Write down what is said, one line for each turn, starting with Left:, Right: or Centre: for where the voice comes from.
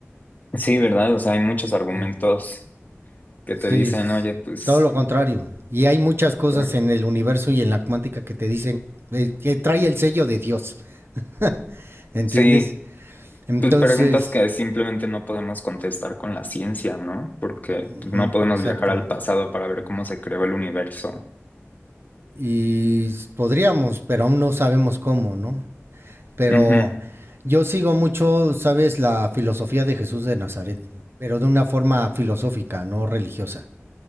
Left: Sí, ¿verdad? O sea, hay muchos argumentos
Right: Sí,
Left: que te
Right: sí,
Left: dicen,
Right: sí, sí,
Left: oye, pues,
Right: todo lo contrario. Y hay muchas cosas
Left: eh,
Right: en el universo y en la cuántica que te dicen eh, que trae el sello de Dios. <laughs> ¿Entiendes?
Left: sí,
Right: Entonces,
Left: Pues preguntas que simplemente no podemos contestar con la ciencia, ¿no? Porque pues,
Right: ujú,
Left: no podemos
Right: exacto.
Left: viajar al pasado para ver cómo se creó el universo.
Right: Y s- podríamos, pero aún no sabemos cómo, ¿no? Pero
Left: Ujú.
Right: yo sigo mucho, sabes, la filosofía de Jesús de Nazaret, pero de una forma filosófica, no religiosa.